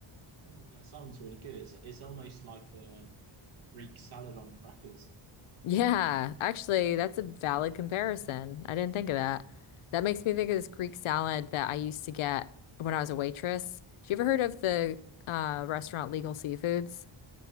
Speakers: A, on the right; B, on the left.
A: Oh, that sounds really good. It's it's almost like a Greek salad on crackers.
B: Yeah, actually, that's a valid comparison. I didn't think of that. That makes me think of this Greek salad that I used to get when I was a waitress. Have you ever heard of the uh, restaurant Legal Seafoods?